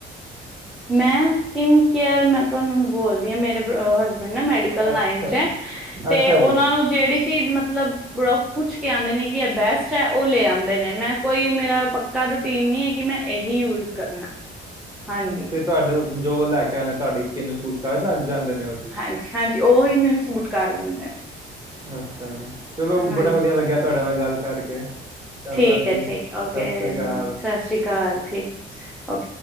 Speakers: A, in the centre; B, on the right.
A: ਮੈਂ ਸਕਿਨ ਕੇਅਰ ਮੈਂ ਤੁਆਨੂੰ ਬੋਲਦੀ ਆਂ ਮੇਰੇ ਬ੍ਰ ਅ ਹਸਬੈਂਡ ਨਾ ਮੈਡੀਕਲ
B: ਅੱਛਾ
A: ਲਾਈਨ 'ਚ ਐਂ
B: ਜੀ
A: ਤੇ
B: ਅੱਛਾ
A: ਓਨਾਂ
B: ਜੀ
A: ਨੂੰ ਕੇੜੀ ਚੀਜ ਮਤਲਬ ਬੜੋ ਪੁੱਛ ਕੇ ਆਂਦੇ ਨੇ ਕਿ ਐ ਬੈਸਟ ਐ ਓ ਲੇ ਆਂਦੇ ਨੇ। ਮੈਂ ਕੋਈ ਮੇਰਾ ਪੱਕਾ ਰੁ ਟੀਨ ਨੀ ਐ ਕਿ ਮੈਂ ਏਹੀ ਯੂਜ ਕਰਨਾ। ਹਾਂਜੀ।
B: ਤੁਆਡੂੰ ਜੋ ਲੈ ਕੇ ਆਂਦੇ ਤੁਆਡੀ ਸਕਿੰਨ ਨੂੰ ਸੂਟ ਕਰ ਜਾਂਦ ਜਾਂਦੇ ਨੇ? ਜੀ
A: ਹਾਂਜੀ, ਹਾਂਜੀ ਓਹੀ ਮੇਨੂੰ ਸੁਟ ਕਰ ਜਾਂਦੈ।
B: ਅੱਛਾ ਜੀ। ਚਲੋ
A: ਹਾਂਜੀ
B: ਬੜਾ ਵਧੀਆ ਲੱਗੇਆ ਤੁਆਡੇ ਨਾਲ ਗੱਲ ਕਰਕੇ। ਧੰਨਵਾਦ
A: ਠੀਕ
B: ਜੀ
A: ਐ, ਠੀਕ।
B: ਸਤਿ
A: ਓਕੇ <unintelligible>
B: ਸ਼੍ਰੀ ਅਕਾਲ
A: ਸਸ ਸ੍ਰੀ ਕਾਲ, ਠੀਕ। ਓਕੇ